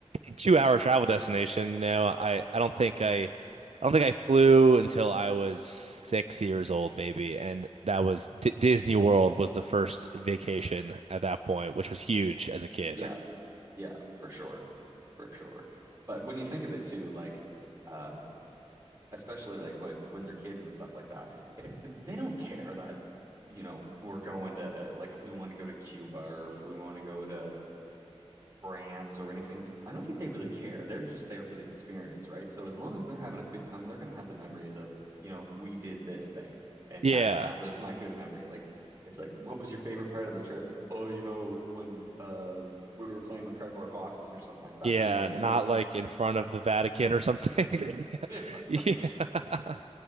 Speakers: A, on the right; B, on the right.
A: two hour travel destination. You know, I I don't think I I don't think I flew until I was six years old, maybe, and that was D Disney World was the first vacation at that point, which was huge as a kid.
B: yeah, yeah, for sure, for sure. But when you think of it too, like um, especially like like when they're kids and stuff like that. It, they don't care that, you know, we're going to uh, like if we want to go to Cuba or if we want to go to France or anything. I don't think they really care. They're just there for the experience, right? So as long as they're having a good time, they're going to have the memories of, you know, we did this there. And
A: Yeah.
B: that's that was my good memory. Like it's like, what was your favorite part of the trip? Oh, you know, when uh we were playing with cardboard boxes or something like that.
A: Yeah,
B: You know what
A: not
B: I mean?
A: like in front of the Vatican or something. <laughs>
B: <laughs>
A: Yeah. <laughs>